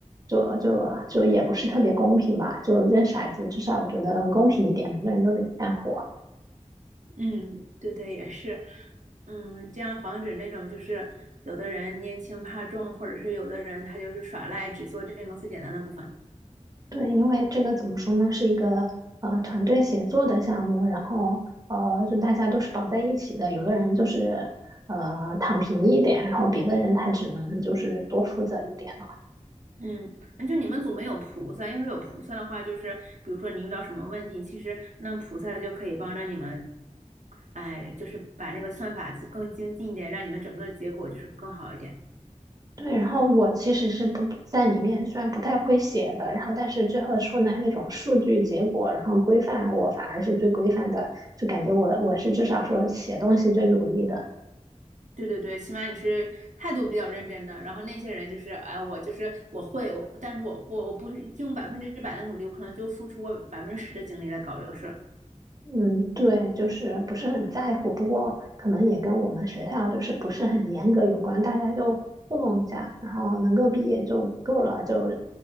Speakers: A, on the right; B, on the right.
A: 就就就也不是特别公平吧，就扔骰子，至少我觉得公平一点，每个人都得干活。
B: 嗯，对对，也是，嗯，这样防止那种就是有的人拈轻怕重，或者是有的人他就是耍赖，只做这个最简单的部分。
A: 对，因为这个怎么说呢，是一个呃团队协作的项目，然后呃就大家都是绑在一起的，有的人就是呃躺平一点，然后别的人他只能就是多负责一点。
B: 嗯，就你们组没有菩萨，要是有菩萨的话，就是比如说你遇到什么问题，其实那菩萨就可以帮着你们，哎，就是把那个算法子更精进一点，让你们整个的结果就是更好一点。
A: 对，然后我其实是不在里面，虽然不太会写的，然后但是最后出来那种数据结果，然后规范，我反而是最规范的，就感觉我我是至少说写东西最努力的。
B: 对对对，起码你是态度比较认真的，然后那些人就是，哎，我就是我会，我但是我我我不是用百分之百的努力，我可能就付出我百分之十的精力来搞这个事儿。
A: 嗯，对，就是不是很在乎，不过可能也跟我们学校就是不是很严格有关，大家就糊弄一下，然后能够毕业就够了，就